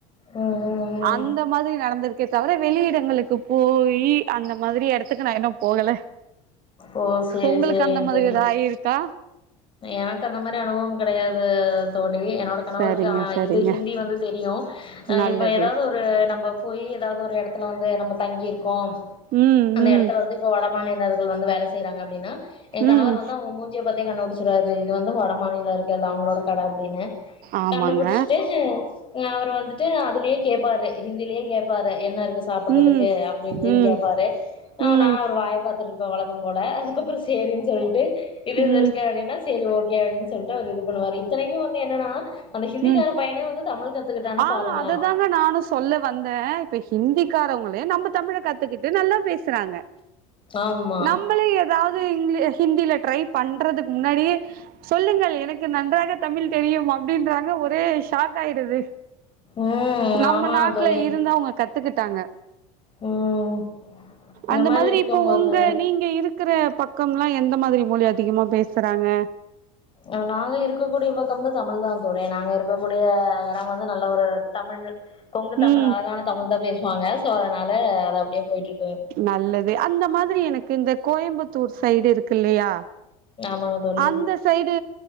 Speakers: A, on the left; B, on the right.
A: ம்
B: அந்த
A: ம்
B: மாதிரி நடந்திருக் க்கே தவிர வெளிய இடங்களுக்கு போய் அந்த மாதிரி எடத்துக்கு நா இனும் போகல
A: ஓ சேரி
B: உங்களுக்கு
A: சேரிங்க
B: அந்த மாதிரி
A: தோழி
B: ஏத ஆயிருக்கா
A: எனக்கு அந்த மாதிரி அனுபவம் கிடையாது தோழி என்னோட கணவருக்கு
B: சரிங்க சரிங்க
A: இது ஹிந்தி வந்து தெரியு
B: நல்லது
A: இப்ப ஏதாவது ஒரு நம்ம போய் ஏதாவது ஒரு எடத்துல வந்து நம்ம தங்கி இருக் கோ
B: ம்
A: அந்த
B: ம்
A: எடத்துல வந்து இப்ப வடமாணிலம் கள் வந்து வேல செய்யறாங்க அப்டின்னா எ கணவர்
B: ம்
A: வந்து அவங்க மூஞ்சிய பாத்தே கண்டுபுடிச்ச இது வந்து வட மாநிலர்கள் அவங்களோட கட அப்டின்னு
B: ஆமாங்க
A: கண்டுபுடிச்சுட்டு அவர் வந்துட்டு அதுலயே கேப்பாரு ஹிந்திலயே கேப்பாரு என்ன இருக் சாப்பிட்றதுக்கு
B: ம்
A: அப்டி இப்டின்னு
B: ம்
A: கேப்பாரு
B: ம்
A: நா அவரு வாய பாத்தட்டு இருப்பே வழக்கம் போல அதுக்கப்ரோ சேரினு சொல்லிட்டு இதுல
B: ம்
A: இருக்க சரி ஓகே அப்டின்னு சொல்லிட்டு அவர் இது பண்ணுவாரு இத்தனைக்கு வந்து என்னன்னா அந்த ஹிந்திக்கார
B: உ
A: பையனே வந்து தமிழ் கத்துக்கிட்டானா
B: ஆ
A: பாருங்களே
B: அததாங்க நானு சொல்ல வந்தே இப்ப ஹிந்திக்காரவங்களே நம்ம தமிழ கத்துக்கிட்டு நல்லா பேசுறாங்க
A: ஆமா
B: நம்மளே ஏதாவது ஹிந்தில ட்ரை பண்றதுக்கு முன்னாடியே சொல்லுங்கள் எனக்கு நன்றாக தமிழ் தெரியு அப் அப்டின்றாங்க ஒரே ஷாக் ஆயிடுது
A: ம்
B: நம்ம
A: ஆமா
B: நாட்டுல
A: தோழி
B: இருந்து அவங்க கத் த்துக்கிட்டாங்க
A: ம் இந்த
B: அந்த
A: மாரி
B: மாதிரி
A: இருக்கும்போது
B: இப்போ உங்க நீங்க இருக்கிற பக் பக்கம் எல்லா எந்த மாதிரி மொழி அதிகமா பேசுறாங்க
A: அ நாங்க இருக்க கூடிய பக்கம் தமிழ் தா போரே நாங்க இருக்கக்கூடிய எடம் வந்து நல்ல ஒரு தமிழ் கொங்கு தமிழ்
B: ம்
A: அழகான தமிழ் தா பேசுவாங்க சோ அதனால அது அப்டியே போயிட்ருக்கு
B: நல்லது அந்த மாதிரி எனக்கு இந்த கோயம்புத் தூர் சைடு இருக்கு இல்லையா
A: ஆமாங்க தோழி
B: அந்த சைடு